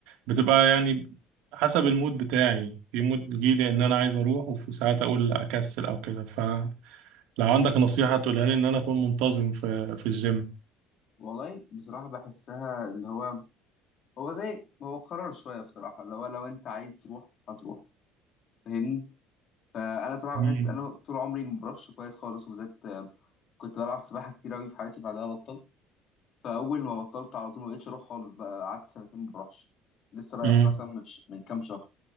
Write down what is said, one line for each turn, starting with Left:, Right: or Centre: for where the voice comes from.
Right: بتبقى يعني حسب المود بتاعي في مود بيجيلي ان انا عايز اروح وفي ساعات اقول اكسل او كده فلو عندك نصيحة تقولها لي ان انا اكون منتظم في في الجيم
Left: والله بصراحة بحسها اللي هو هو زي هو قرار شوية بصراحة اللي هو لو أنت عايز تروح هتروح فاهمني فانا صراحه
Right: مم.
Left: بحس ان انا طول عمري ما بروحش كويس خالص وبالذات آه، كنت بلعب سباحه كتير قوي في حياتي بعدها بطلت فاول ما بطلت على طول ما بقتش اروح خالص بقى قعدت سنتين ما بروحش لسه رايح
Right: مم.
Left: مثلا من ش- من كام شهر